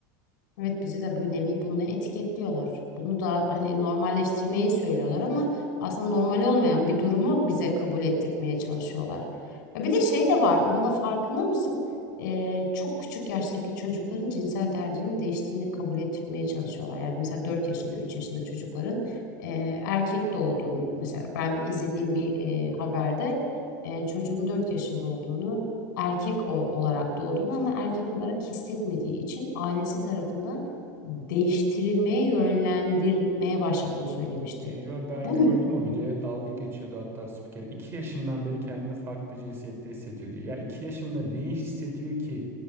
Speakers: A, on the left; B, on the right.
A: Evet bizi de bir nevi bununla etiketliyorlar. Bunu da hani normalleştirmeyi söylüyorlar ama aslında normal olmayan bir durumu bize kabul ettirtmeye çalışıyorlar. Ya bir de şey de var, bunun da farkında mısın? Ee, çok küçük yaştaki çocukların cinsel tercihinin değiştiğini kabul ettirtmeye çalışıyorlar. Yani mesela 4 yaşında, 3 yaşında çocukların e, erkek doğduğunu, mesela ben izlediğim bir e, haberde e, çocuğun 4 yaşında olduğunu erkek ol- olarak doğduğunu ama erkek olarak hissetmediği için ailesi tarafından değiştirilmeye yönlendirmeye başladığını söylemişti.
B: Yo, ben
A: Bu
B: gördüm o videoya dalga geçiyordu hatta spiker. 2 yaşından beri kendini farklı cinsiyette hissediyor diyor. Ya 2 yaşında neyi hissediyor ki